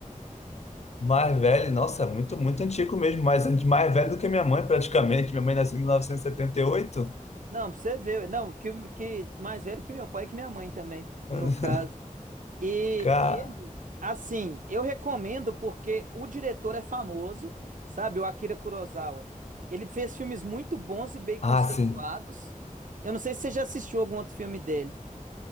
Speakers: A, on the left (about 50°); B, on the right (about 70°).
A: Mais velho, nossa, muito, muito antigo mesmo. Mais, anti- mais velho do que minha mãe, praticamente. Minha mãe nasceu em mil novecentos e e setenta e oito.
B: Não, pra você ver. Não, que, que mais velho que meu pai e que minha mãe também,
A: <laughs>
B: no caso. E
A: Cara...
B: ele, assim, eu recomendo porque o diretor é famoso, sabe? O Akira Kurosawa. Ele fez filmes muito bons e bem conceituados.
A: Ah, sim.
B: Eu não sei se você já assistiu algum outro filme dele.